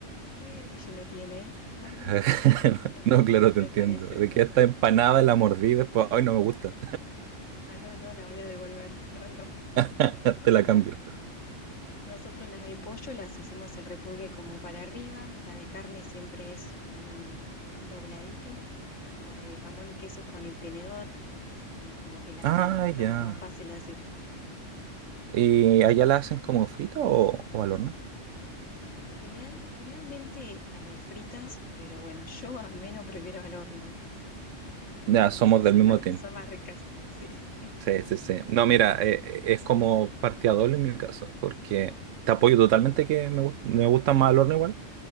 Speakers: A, on the left; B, on the right.
A: ¿qué relleno tiene? ¿Cuál es?
B: <laughs>
A: <laughs> Em,
B: No, claro,
A: Me
B: te entiendo.
A: parece,
B: De que esta empanada
A: sí.
B: la mordí después, ay, no me gusta,
A: Ah, no, no, la voy a devolver. <laughs> No, no,
B: <laughs>
A: es
B: te la
A: verdad.
B: cambio.
A: Nosotros las de pollo las hacemos el repulgue como para arriba, la de carne siempre es como un, como un dobladito, la de jamón y queso es con el tenedor, son como que las
B: Ah,
A: identificamos
B: ya.
A: más fácil así.
B: ¿Y allá la hacen como frita o, o al horno?
A: En general, generalmente eh, fritas, pero bueno, yo al menos prefiero al horno. eh, siento
B: Ya,
A: que
B: somos
A: no sé, son
B: del mismo
A: más,
B: team.
A: son más ricas, sí. <laughs>
B: Sí, sí, sí. No, mira, eh, eh, es como partida doble en mi caso, porque te apoyo totalmente que me, gust- me gusta más al horno igual,